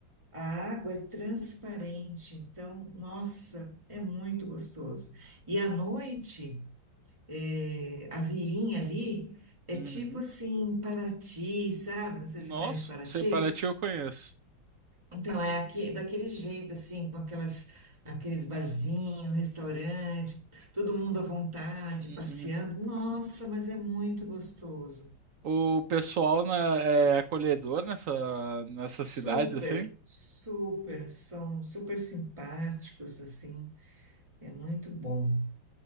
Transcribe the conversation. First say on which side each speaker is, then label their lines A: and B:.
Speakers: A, on the right (about 15°); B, on the right (about 55°).
A: A água é transparente, então, nossa, é muito gostoso. E à noite é, a vilinha ali é
B: Uhum.
A: tipo assim, Paraty, sabe? Não sei
B: Nossa,
A: se você conhece Paraty.
B: sei Paraty eu conheço.
A: Então, é aque- daquele jeito, assim, com aquelas, aqueles barzinhos, restaurante, todo mundo à vontade,
B: Uhum.
A: passeando. Nossa, mas é muito gostoso.
B: O pessoal na- é acolhedor nessa, nessas
A: Super,
B: cidades, assim?
A: super, são super simpáticos, assim, é muito bom.